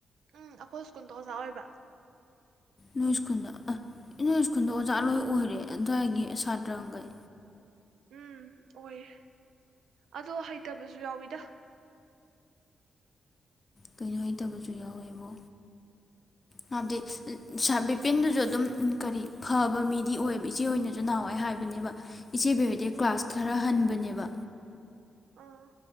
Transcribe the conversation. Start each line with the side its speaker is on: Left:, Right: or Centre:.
Right: ꯎꯝ ꯑꯩꯈꯣꯏ ꯁ꯭ꯀꯨꯜꯗ ꯑꯣꯖꯥ ꯑꯣꯏꯕ
Left: ꯅꯣꯏ ꯁ꯭ꯀꯨꯜꯗ ꯑꯥ ꯅꯣꯏ ꯁ꯭ꯀꯨꯜꯗ ꯑꯣꯖꯥ ꯂꯣꯏ ꯑꯣꯏꯔꯦ ꯑꯗꯨꯋꯥꯏꯒꯤ ꯁꯥꯇ꯭ꯔꯈꯩ
Right: ꯎꯝ ꯑꯣꯏꯌꯦ ꯑꯗꯣ ꯍꯩꯇꯕꯖꯨ ꯌꯥꯎꯋꯤꯗ
Left: ꯀꯩꯅꯣ ꯍꯩꯇꯕꯁꯨ ꯌꯥꯎꯋꯦꯕꯣ ꯍꯥꯏꯕꯗꯤ ꯕꯤꯄꯤꯟꯗꯨꯁꯨ ꯑꯗꯨꯝ ꯀꯔꯤ ꯐꯕ ꯃꯤꯗꯤ ꯑꯣꯏꯌꯦꯕ ꯏꯆꯦ ꯍꯣꯏꯅꯁꯨ ꯅꯍꯥꯟꯋꯥꯏ ꯍꯥꯏꯕꯅꯦꯕ ꯏꯆꯦꯕꯤ ꯍꯣꯏꯗꯩ ꯀ꯭ꯂꯥꯁ ꯈꯔ ꯍꯟꯕꯅꯦꯕ
Right: ꯑꯥ